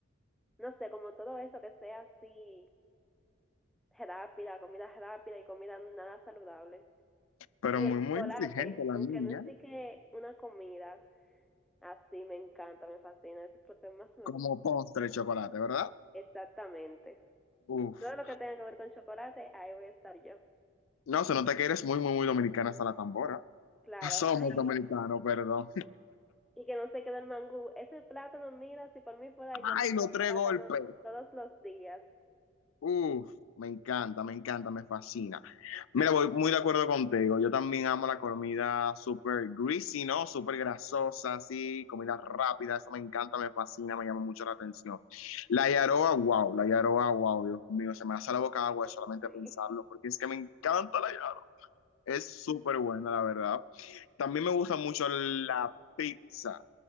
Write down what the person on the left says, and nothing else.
Pero
muy,
muy
exigente la
niña,
como
postre de chocolate, ¿verdad?
Uf.
No, se nota que eres muy, muy, muy dominicana hasta la tambora.
Somos
dominicanos, perdón.
Ay,
los tres
golpes.
Uf, me encanta, me encanta, me fascina. Mira, voy muy de acuerdo contigo. Yo también amo la comida súper greasy, ¿no? Súper grasosa, así, comida rápida. Eso me encanta, me fascina, me llama mucho la atención. La yaroa, wow, la yaroa, wow, Dios mío, se me hace la boca agua
de solamente
pensarlo, porque es que me encanta la yaroa. Es súper buena, la verdad. También me gusta mucho la pizza.